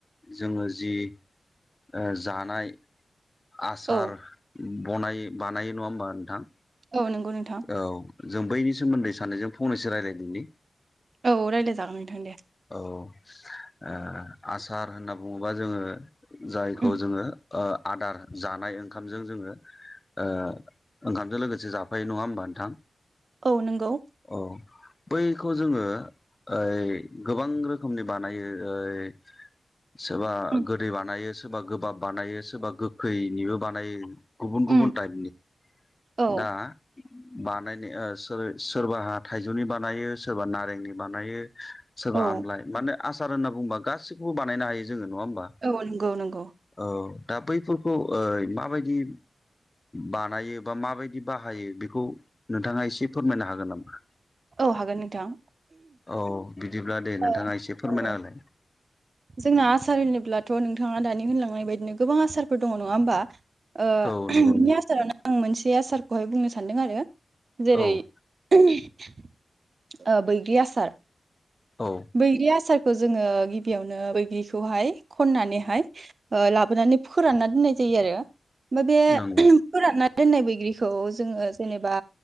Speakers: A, on the left; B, on the right.
A: जोङो जि ओ जानाय आसार
B: औ
A: बनायो बानायो नङा होमबा नोंथां
B: औ नंगौ नोंथां
A: औ जों बैनि सोमोन्दै सानैजों फंनैसो रायज्लायदोंनि
B: औ रायलाय जागोन नोंथां दे
A: अ ओ आसार होनना बुङोबा जोङो जायखौ
B: उम
A: जोङो ओ आदार जानाय ओंखामजों जोङो ओ ओंखामजों लोगोसे जाफायो नङा होमबा नोंथां
B: औ नंगौ।
A: औ बैखौ जोङो ओइ गोबां रोखोमनि बानायो ओ यै सोरबा
B: उम
A: गोदै बानायो सो सोरबा गोबाब बानायो सोबा खैनिबो बानायो गुबुन गुबुन
B: उम
A: टाइपनि
B: औ
A: दा बानायनाय ओ सोर सोरबाहा थाइजौनि बानायो सोरबा नारेंनि बानायो सोरबा
B: औ
A: आमलाय माने आसार होनना बुंबा गासिखौबो बानायनो हायो जोङो। नङा होमबा
B: औ नंगौ नंगौ
A: औ दा बैफोर खौ ओय माबायदि बानायो बा माबायदि बाहायो बेखौ नोंथाङा एसे फोरमायनो हागोन नामा?
B: औ हागोन नोंथां।
A: औ बिदिब्ला दे नोंथाङा
B: ओ
A: एसे फोरमायना
B: औ
A: होलाय।
B: जोंना आसार होनोब्लाथ' नोंथाङा दानि होनलांनाय बायदिनो गोबां आसारफोर दङ' नङा होमबा। ओ
A: औ नंगौ
B: बिनि आसारानो आं मोनस बे आसारखौहाय बुंनो सान्दों आरो। जेरै
A: औ
B: ओ बैग्रि आसार।
A: औ
B: बैग्रि आसार खौ जोङो गिबियावनो बैग्रिखौहाय खन्नानैहाय ओ लाबोनानै फोरान्ना दोननाय जायो आरो। ओमफा बे
A: नंगौ
B: फोरान्ना दोन्नाय बैग्रिखौ जोङो जेनेबा